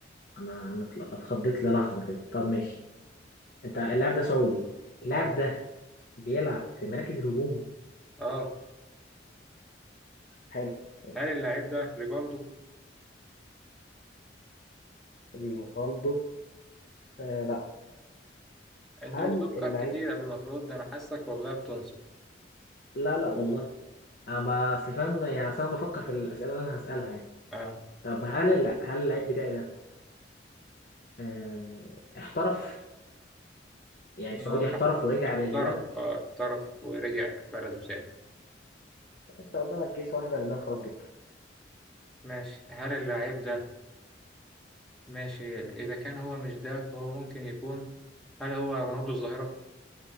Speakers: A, on the left; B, in the centre.
A: انا انا اتل- اتخضيت للحظة كده طب ماشي انت اللاعب ده سعودي اللاعب
B: اه
A: ده بيلعب في مراكز الهجوم
B: اه
A: حلو ماشي
B: هل اللعيب ده ريفالدو؟
A: ريفالدو آه لا
B: أنت
A: هل
B: بتفكر
A: اللعيب
B: كتير قبل ما ترد أنا حاسك والله بتنصف
A: لا لا والله انا ما- اصل فاهم يعني اصل انا بفكر في الاسئلة اللي انا هسألها يعني
B: اه
A: طب هل الل- هل اللعيب بتاعي ده آه احترف يعني سعودي
B: آه،
A: احترف ورجع
B: احترف
A: للهلال
B: اه احترف ورجع بلده سالم
A: انت قدامك جيس واحدة لان انا خلاص جبتها
B: ماشي هل اللعيب ده ماشي إذا كان هو مش ده فهو ممكن يكون هل هو رونالدو الظاهرة؟